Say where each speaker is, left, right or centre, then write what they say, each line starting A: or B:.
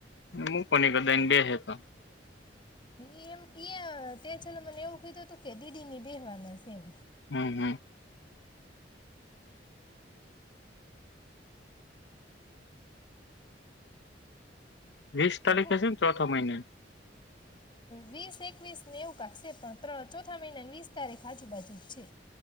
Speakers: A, on the left (about 75°); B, on the left (about 30°).
A: હું કો ન કદા એને બેસે તો
B: એ એમ ત્યાં છે મને એવું કીધું હતું કે દીદી ની બેહેવાના છે એમ
A: હમ, હમ વિસ
B: તે
A: તારીખે
B: પુ
A: છે, ચોથ મહિને
B: વીસ, એકવીસને એવું કાક છે પણ્ર ચોથા મહિનાની વીસ તારીખ આજુબાજુ છે